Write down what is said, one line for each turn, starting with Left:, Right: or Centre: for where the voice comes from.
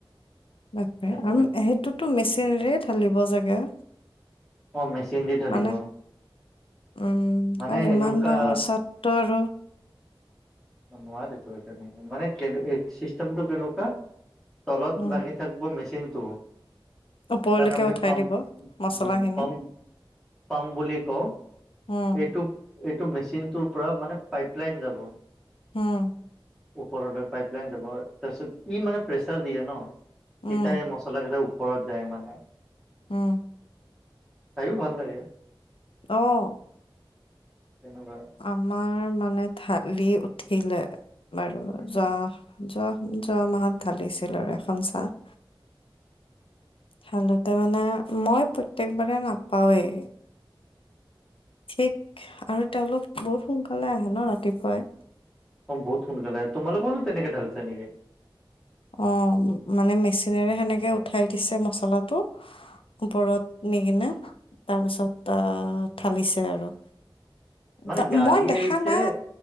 Left: তাকে
Centre: তেনেকুৱা
Left: আৰু সেইটোতো মেচিনৰে ঢালিব চাগে।
Centre: অ মেচিন দি ঢালিব।
Left: মানে উম
Centre: মানে
Left: কাৰণ ইমান
Centre: এনেকুৱা
Left: ডাঙৰ ছাডটো আৰু
Centre: নোৱাৰে তেতিয়ালৈকে মানে এই চিষ্টেমটো কেনেকুৱা তলত
Left: উম
Centre: লাগি। থাকিব মেচিনটো
Left: ওপৰলৈকে
Centre: তাক আমি
Left: উঠাই
Centre: পাম্প
Left: দিব মচলাখিনি
Centre: উম পাম্প পাম্প বুলি কওঁ
Left: উম
Centre: এইটো। এইটো মেচিনটোৰ পৰা মানে পাইপ লাইন যাব।
Left: উম।
Centre: ওপৰলৈ পাইপ লাইন যাব তাৰপিছত ই মানে প্ৰেচাৰ দিয়ে ন
Left: উম
Centre: তেতিয়া এই মছলা কেইটা। ওপৰত যায় মানে।
Left: উম।
Centre: চাইয়ো ভাল লাগে।
Left: অ
Centre: তেনেকুৱা।
Left: আমাৰ মানে থালি উঠিলে বাৰু
Centre: উম।
Left: যোৱা যোৱা যোৱা মাহত ঢালিছিল আৰু এখন চাড ঢালোতে মানে মই প্ৰত্যেকবাৰে নাপাওৱেই। ঠিক আৰু তেওঁলোক বহুত সোনকালে আহে ন ৰাতিপুৱাই।
Centre: অ বহুত সোনকালে আহে তোমালোকৰো তেনেকে ঢালিছে নেকি।
Left: অ মানে মেচিনেৰে সেনেকে উঠাই দিছে মচলাটো। ওপৰত নি কিনে তাৰ পিছত আহ ঢালিছে আৰু।
Centre: মানে
Left: ত
Centre: গাড়ী
Left: মই দেখা
Centre: আহিছে
Left: নাই